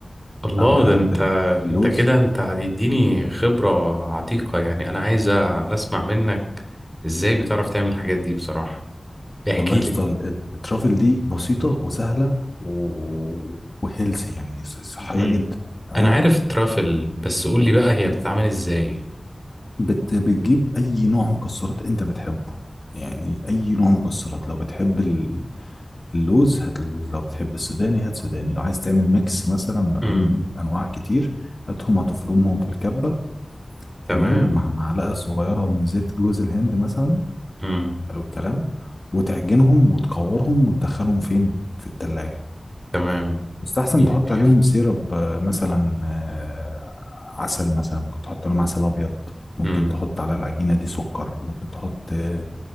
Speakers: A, in the centre; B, on the left (about 45°).
A: الله
B: بعملها
A: ده انت
B: بال- باللوز
A: انت كده انت هتديني خبرة عتيقة يعني انا عايز اسمع منك ازاي بتعرف تعمل الحاجات دي بصراحة احكي
B: والله يا
A: لي
B: اسطى ال- الترافل دي بسيطه وسهله و... وهيلثي يعني ص- صحيه
A: مم.
B: جدا تمام
A: انا عارف الترافل بس قول لي بقى هي بتتعمل ازاي
B: بت... بتجيب اي نوع مكسرات انت بتحبه يعني اي نوع مكسرات لو بتحب ال- اللوز هات لوز لو بتحب السوداني هات سوداني لو عايز تعمل ميكس مثلا ما بين
A: امم
B: انواع كتير هاتهم هتفرمهم في الكبه تمام
A: تمام
B: ومع معلقة صغيرة من زيت جوز الهند مثلا
A: امم
B: حلو الكلام وتعجنهم وتكورهم وتدخلهم فين في التلاجة
A: تمام
B: يستحسن
A: ي-
B: تحط عليهم
A: يف-
B: سيرب آه، مثلا آه، عسل مثلا ممكن تحط عليهم عسل أبيض ممكن
A: مم.
B: تحط على العجينة دي سكر ممكن تحط آه،